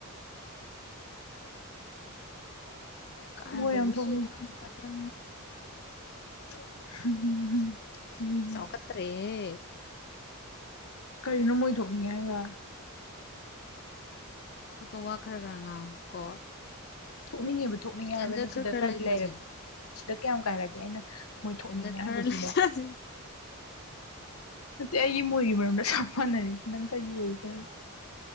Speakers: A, on the left; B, on the left.
A: ꯀꯔꯗꯕꯁꯨꯣꯏꯠꯇꯔ
B: ꯃꯣꯏ ꯌꯥꯝ ꯊꯣꯛꯅꯤꯡ
A: ꯄꯠꯇ꯭ꯔ
B: ꯎ
A: ꯆꯥꯎꯈꯠꯇ꯭ꯔꯦꯍꯦ
B: ꯀꯅ ꯃꯣꯏꯁꯨꯅꯤ ꯍꯥꯏꯒꯥ
A: ꯣꯠꯇꯣ ꯋꯥ ꯈꯔ ꯈꯔ ꯉꯥꯡ ꯀꯣ
B: ꯊꯣꯛꯅꯤꯡꯉꯤꯕ ꯊꯣꯛꯅꯤꯡꯉꯦ
A: ꯏꯁꯇꯦꯟꯗꯔꯠ
B: ꯍꯥꯏꯕꯅꯤ
A: ꯈꯔ
B: ꯁꯤꯗ
A: ꯈꯔ
B: ꯀꯔꯤ
A: ꯂꯩꯅꯁꯦ
B: ꯂꯩꯔꯒꯦ ꯁꯤꯗ ꯀꯌꯥꯝ ꯀꯥꯏꯔꯒꯦ ꯑꯩꯅ ꯃꯣꯏ
A: ꯏꯁꯇꯦꯟꯗꯔꯠ
B: ꯊꯣꯛꯅꯤꯡꯉꯦ ꯍꯥꯏꯕꯁꯤꯗ
A: ꯈꯔ ꯂꯩꯖꯁꯦ
B: ꯅꯠꯇꯦ ꯑꯩꯒꯤ ꯃꯣꯏꯒꯤ ꯃꯔꯝꯗ ꯆꯞ ꯃꯥꯟꯅꯔꯤꯁ ꯅꯪ ꯀꯔꯤ ꯑꯣꯏꯔꯤꯒꯦ ꯍꯥꯏꯕꯣ